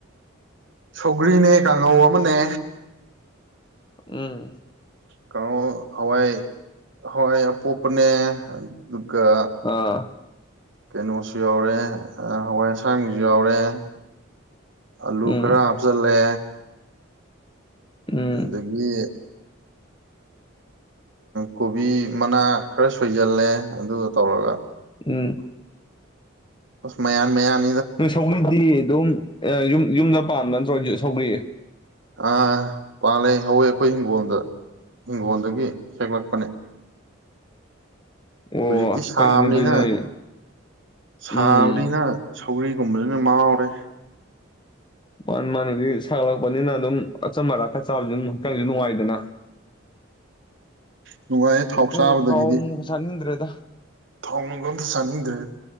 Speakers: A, on the right (about 65°); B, on the left (about 25°).
A: ꯁꯧꯒ꯭ꯔꯤꯅꯦ ꯀꯥꯡꯉꯧ ꯑꯃꯅꯦ
B: ꯎꯝ
A: ꯀꯥꯡꯉꯧ ꯍꯋꯥꯏ ꯍꯋꯥꯏ ꯑꯄꯣꯞꯄꯅꯦ ꯀ ꯀ
B: ꯑꯥ
A: ꯀꯩꯅꯣꯁꯨ ꯌꯥꯎꯔꯦ ꯍꯋꯥꯏ ꯑꯁꯥꯡꯕꯁꯨ ꯌꯥꯎꯔꯦ ꯑꯥꯂꯨ
B: ꯎꯝ
A: ꯈꯔ ꯍꯥꯞꯆꯜꯂꯦ
B: ꯎꯝ
A: ꯑꯗꯒꯤ ꯀꯣꯕꯤ ꯃꯅꯥ ꯈꯔ ꯁꯣꯏꯖꯜꯂꯦ ꯑꯗꯨꯒ ꯇꯧꯔꯒ
B: ꯎꯝ
A: ꯎꯁ ꯃꯌꯥꯟ ꯃꯌꯥꯟ
B: ꯁꯧꯒ꯭ꯔꯤꯗꯤ ꯑꯗꯨꯝ ꯌꯨꯝ ꯌꯨꯝꯗ ꯄꯥꯟꯕ ꯅꯠꯇ꯭ꯔꯣ ꯁꯧꯒ꯭ꯔꯤ
A: ꯑꯥ ꯄꯥꯜꯂꯦ ꯍꯧꯋꯦ ꯑꯩꯈꯣꯏ ꯍꯤꯡꯒꯣꯜꯗ ꯍꯤꯡꯒꯣꯜꯗꯒꯤ ꯍꯦꯛꯂꯛꯄꯅꯦ
B: ꯑꯣ
A: ꯍꯧꯖꯤꯛꯇꯤ ꯁꯥꯕꯅꯤꯅ
B: ꯐꯩꯅꯦ ꯑꯗꯨꯗꯤ ꯅꯣꯏ
A: ꯁꯥꯕꯅꯤꯅ
B: ꯎꯝ
A: ꯁꯧꯒ꯭ꯔꯤꯒꯨꯝꯁꯤꯅꯥ ꯃꯥꯍꯥꯎꯔꯦ
B: ꯃꯥꯟꯅꯦ ꯃꯥꯅꯒꯤ ꯁꯥꯒꯠꯂꯛꯄꯅꯤꯅ ꯑꯗꯨꯝ ꯑꯆꯝ ꯑꯔꯥꯛ ꯈꯔꯥ ꯆꯕꯥꯖꯤ ꯑꯝ ꯈꯤꯇꯪꯁꯨ ꯅꯨꯡꯉꯥꯏꯗꯅ
A: ꯅꯨꯡꯉꯥꯏꯌꯦ
B: ꯍꯧꯖꯤꯛꯀꯥꯟꯗꯤ
A: ꯊꯥꯎ ꯆꯥꯕꯗꯒꯤꯗꯤ
B: ꯊꯥꯎ ꯑꯃꯨꯛ ꯆꯥꯅꯤꯡꯗ꯭ꯔꯦꯗ
A: ꯊꯥꯎ ꯅꯨꯡꯒ ꯑꯝꯇ ꯆꯥꯅꯤꯡꯗ꯭ꯔꯦ